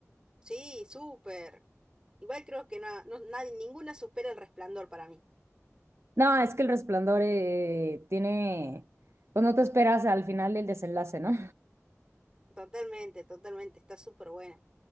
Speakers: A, on the right; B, on the right.
A: Sí, súper. Igual creo que no, no- nadie, ninguna supera el resplandor para mí.
B: No, es que El Resplandor eh, tiene, pues no te esperas al final el desenlace, ¿no?
A: Totalmente, totalmente, está súper buena.